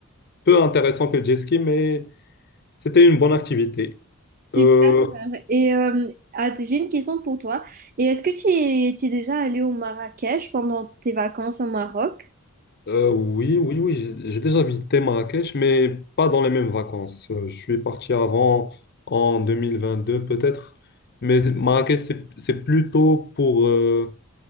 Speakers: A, on the left; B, on the right.
A: peu intéressant que le jet ski, mais c'était une bonne activité.
B: Super.
A: Euh,
B: Et euh, ah, t- j'ai une question pour toi. Et est-ce que tu es, tu es déjà allé au Marrakech pendant tes vacances au Maroc?
A: euh, oui, oui, oui, j'ai j'ai déjà visité Marrakech, mais pas dans les mêmes vacances. Euh, Je suis parti avant, en 2022 peut-être. Mais Marrakech, c'est c'est plutôt pour... euh,